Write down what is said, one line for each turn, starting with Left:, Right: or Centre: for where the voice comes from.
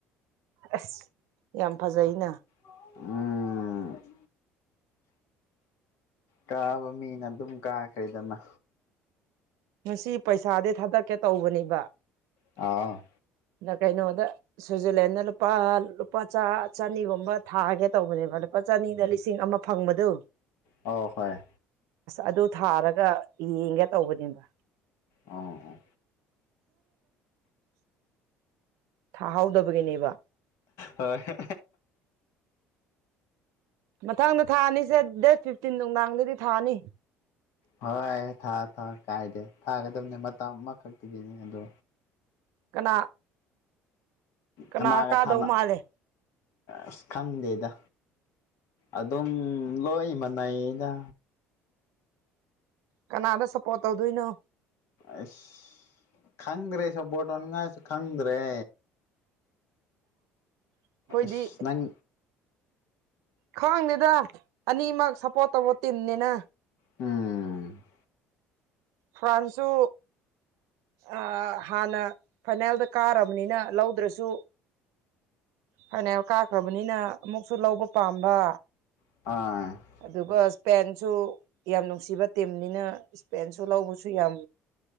Right: ꯑꯁ ꯌꯥꯝ ꯐꯖꯩꯅ
Left: ꯑꯥ ꯀꯥꯕ ꯃꯤꯅ ꯑꯗꯨꯝ ꯀꯥꯈ꯭ꯔꯦꯗꯅ
Right: ꯉꯁꯤ ꯄꯩꯁꯥꯗꯤ ꯊꯥꯗꯛꯀꯦ ꯇꯧꯕꯅꯦꯕ
Left: ꯑꯥ
Right: ꯀꯩꯅꯣꯗ ꯁ꯭ꯋꯤꯖꯔꯂꯦꯟꯗ ꯂꯨꯄꯥ ꯂꯨꯄꯥ ꯆꯅꯤꯒꯨꯝꯕ ꯊꯥꯒꯦ ꯇꯧꯕꯅꯦꯕ ꯂꯨꯄꯥ ꯆꯥꯅꯤꯗ ꯂꯤꯁꯤꯡ ꯑꯃ ꯐꯪꯕꯗꯨ
Left: ꯑꯣ ꯍꯣꯏ
Right: ꯑꯗꯨ ꯊꯥꯔꯒ ꯌꯦꯡꯒꯦ ꯇꯧꯕꯅꯤꯕ
Left: ꯑꯥ ꯑꯥ
Right: ꯊꯥꯍꯧꯗꯕꯒꯤꯅꯦꯕ
Left: ꯍꯣꯏ ꯍꯣꯏ
Right: ꯃꯊꯪꯗ ꯊꯥꯅꯤꯁꯦ ꯗꯦꯠ ꯐꯤꯞꯇꯤꯟ ꯅꯨꯡꯗꯥꯡꯗꯗꯤ ꯊꯥꯅꯤ
Left: ꯍꯣꯏ ꯊꯥ ꯊꯥ ꯀꯥꯏꯗꯦ ꯊꯥꯒꯗꯕꯅꯦ ꯃꯇꯝ ꯑꯃꯈꯛꯇꯒꯤꯅꯦ ꯑꯗꯨ
Right: ꯀꯅꯥ ꯀꯅꯥ
Left: ꯀꯅꯥꯒ
Right: ꯀꯥꯗꯧ
Left: ꯊꯥꯅ
Right: ꯃꯥꯜꯂꯦ
Left: ꯑꯁ ꯈꯪꯗꯦꯗ ꯑꯗꯨꯝ ꯂꯣꯏ ꯃꯅꯩꯏꯗ
Right: ꯀꯅꯥꯗ ꯁꯞꯄꯣꯠ ꯇꯧꯗꯣꯏꯅꯣ
Left: ꯑꯁ ꯈꯪꯗ꯭ꯔꯦ ꯁꯥꯄꯣꯠ ꯇꯧꯅꯤꯡꯉꯥꯏꯁꯨ ꯈꯪꯗ꯭ꯔꯦ
Right: ꯑꯩꯈꯣꯏꯗꯤ
Left: ꯑꯁ ꯅꯪ
Right: ꯈꯪꯗꯦꯗ ꯑꯅꯤꯃꯛ ꯁꯞꯄꯣꯔꯠ ꯇꯧꯕ ꯇꯤꯝꯅꯤꯅ
Left: ꯎꯝ
Right: ꯐ꯭ꯔꯥꯟꯁꯨ ꯑ ꯍꯥꯟꯅ ꯐꯥꯏꯅꯦꯜꯗ ꯀꯥꯔꯕꯅꯤꯅ ꯂꯧꯗ꯭ꯔꯁꯨ ꯐꯅꯤꯌꯥꯝ ꯀꯥꯈ꯭ꯔꯕꯅꯤꯅ ꯑꯃꯨꯛꯁꯨ ꯂꯧꯕ ꯄꯥꯝꯕ
Left: <unintelligible>
Right: ꯑꯗꯨꯒ ꯏꯁꯄꯦꯟꯁꯨ ꯌꯥꯝ ꯅꯨꯡꯁꯤꯕ ꯇꯤꯝꯅꯤꯅ ꯏꯁꯄꯦꯟꯁꯨ ꯂꯧꯕꯁꯨ ꯌꯥꯝ